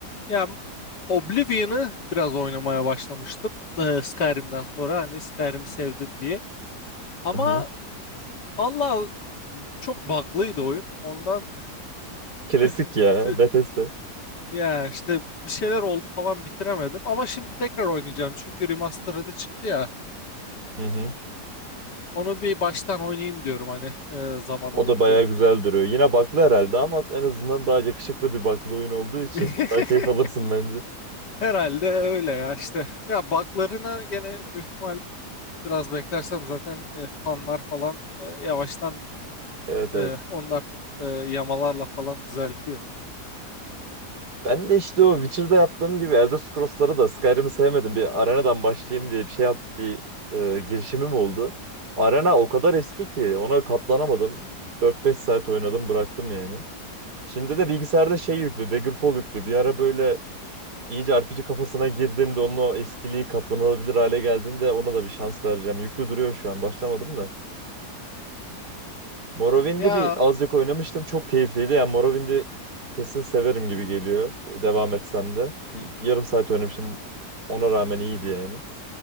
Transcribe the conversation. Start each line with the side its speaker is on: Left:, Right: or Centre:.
Left: ya Oblivion'ı biraz oynamaya başlamıştım. Ee, Skyrim'den sonra hani Skyrim'i sevdim diye. Ama
Right: Hı hı.
Left: Allah çok bug'lıydı oyun. Ondan
Right: Klasik
Left: <laughs>
Right: ya
Left: tüh,
Right: Bethesda.
Left: ya işte bir şeyler oldu falan bitiremedim. Ama şimdi tekrar oynayacağım. Çünkü remastered'ı çıktı ya.
Right: Hı hı.
Left: Onu bir baştan oynayayım diyorum hani e, zaman
Right: O
Left: olunca.
Right: da bayağı güzel duruyor. Yine baklı herhalde ama en azından daha yakışıklı bir baklı oyun olduğu için
Left: <laughs>
Right: daha keyif alırsın bence.
Left: Herhalde öyle ya işte. Ya bug'larını gene büyük ihtimal Biraz beklersem zaten e, fanlar falan e, yavaştan
Right: Evet evet.
Left: e, onlar e, yamalarla falan düzeltiyor.
Right: Ben de işte o Witcher'da yaptığım gibi Elder Scrolls'ları da Skyrim'i sevmedim. Bir arenadan başlayayım diye bir şey yap bir e, girişimim oldu. Arena o kadar eski ki ona katlanamadım. 4-5 saat oynadım bıraktım yani. Şimdi de bilgisayarda şey yüklü, Daggerfall yüklü. Bir ara böyle iyice RPG kafasına girdiğimde onun o eskiliği katlanılabilir hale geldiğinde ona da bir şans vereceğim. Yüklü duruyor şu an başlamadım da. Morrowind'i
Left: Ya
Right: bir azıcık oynamıştım. Çok keyifliydi. Yani Morrowind'i kesin severim gibi geliyor. e, Devam etsem de. Bir, bir yarım saat oynamıştım. Ona rağmen iyiydi yani.